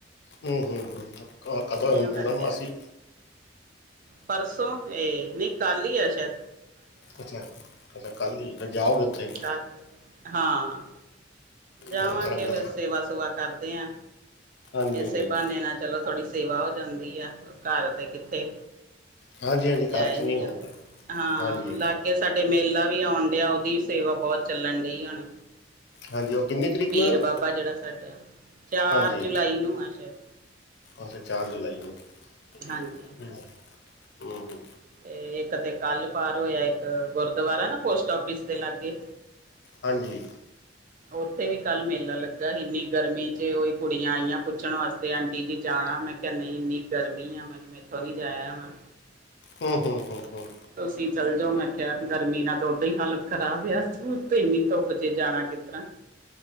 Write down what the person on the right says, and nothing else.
ਕਰਕੇ
ਪਰਸੋਂ, ਏ ਨਹੀਂ ਕੱਲ ਈ ਆ ਸੈ਼ਦ।
ਹਮ,
ਕਲ ਹਾਂ, ਜਾਵਾਂਗੇ
ਫਿਰ
ਸੇਵਾ ਸੂਵਾ ਕਰਦੇ ਆਂ।
ਏਸੇ
ਬਹਾਨੇ ਨਾਲ ਚਲੋ ਥੋੜ੍ਹੀ ਸੇਵਾ ਹੋ ਜਾਂਦੀ ਆ। ਘਰ ਤੇ ਕਿੱਥੇ
ਜਾਇਆ
ਈ ਨੀ
ਜਾਂਦਾ।
ਹਾਂ,
ਲਾਗੇ ਸਾਡੇ ਮੇ ਲਾ ਵੀ ਆਉਣ ਡਿਆ, ਓਦੀ ਵੀ ਸੇਵਾ ਬਹੁਤ ਚੱਲਣ ਡਈ ਹੁਣ।
ਪੀਰ
ਬਾਬਾ ਜਿਹੜਾ ਸਾਡਾ। ਚਾਰ
ਜੁਲਾਈ ਨੂੰ ਆ ਸੈ਼ਦ
ਹਾਂਜੀ
ਤੇ ਇੱਕ ਤੇ ਕੱਲ ਪਾਰ ਹੋਇਆ, ਇੱਕ ਗੁਰਦੁਆਰਾ ਨਾ ਪੋਸਟ ਆਫਿਸ ਦੇ ਲਾਗੇ।
ਉੱਥੇ ਵੀ ਕੱਲ ਮੇਲਾ ਲੱਗਾ ਸੀ ਇੰਨੀ ਗਰਮੀ ਚ ਉਹੀ ਕੁੜੀਆਂ ਆਈਆਂ ਪੁੱਛਣ ਵਾਸਤੇ ਆਂਟੀ ਜੀ ਜਾਣ ਮੈਂ ਕਿਹਾ ਨਹੀਂ ਇੰਨੀ ਗਰਮੀ ਆ ਮੈਂ ਕਿਹਾ ਮੈਂਥੋਂ ਨੀ ਜਾਇਆ ਹੋਣਾ
ਤੇ
ਤੁਸੀਂ ਚਲ ਜੋ ਮੈਂ ਕਿਆ ਗਰਮੀ ਨਾ ਤਾਂ ਓਦਾਂ ਈ ਹਾਲਤ ਖਰਾਬ ਆ ਤੇ ਇੰਨੀ ਧੁੱਪ ਚ ਜਾਣਾ ਕਿ ਤਰ੍ਹਾਂ